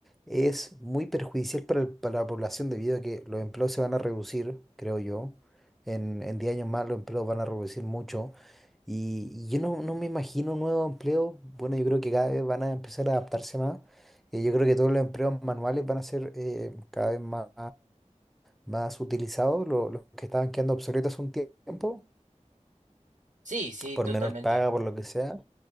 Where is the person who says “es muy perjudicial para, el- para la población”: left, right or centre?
Centre